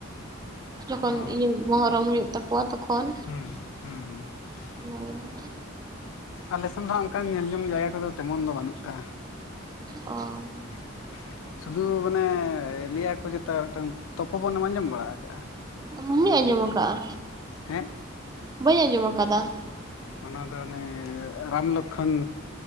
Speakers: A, on the right; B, on the left.
A: ᱡᱚᱠᱷᱚᱱ
B: ᱦᱳᱭ
A: ᱤᱭᱟᱹ ᱢᱚᱦᱚᱨᱚᱢ ᱦᱩᱭᱩᱜ ᱛᱟᱠᱚᱣᱟ ᱛᱚᱠᱷᱚᱱ
B: ᱦᱩᱸ ᱦᱩᱸᱸ <unintelligible>
A: ᱢ <inaudible>
B: ᱟᱞᱮᱥᱮᱱ ᱫᱚ ᱦᱟᱸᱜ ᱚᱱᱠᱟᱱ ᱧᱮᱞ ᱡᱚᱝ ᱡᱟᱭᱜᱟ ᱠᱚᱫᱚ ᱛᱮᱢᱚᱱ ᱫᱚ ᱵᱟᱹᱱᱩᱜ ᱟᱠᱟ-ᱟ
A: ᱚ
B: <unintelligible> ᱥᱩᱫᱩ ᱢᱟᱱᱮ ᱞᱟᱹᱭᱟᱠᱚ ᱡᱮᱴᱟ ᱢᱤᱫᱴᱟᱝ ᱛᱚᱯᱚᱵᱚᱱ ᱮᱢ ᱟᱸᱡᱚᱢ ᱵᱟᱲᱟ ᱟᱠᱟᱜᱼᱟ?
A: <unintelligible> ᱤᱧᱚᱜ ᱟᱸᱡᱚᱢᱟ ᱠᱟᱜᱼᱟ
B: ᱦᱮᱸ <inaudible>
A: ᱵᱟᱹᱧ ᱟᱸᱡᱚᱢ ᱟᱠᱟᱫᱟ
B: ᱚᱱᱟ ᱫᱚ ᱚᱱᱮ ᱨᱟᱢ ᱞᱚᱠᱠᱷᱚᱱ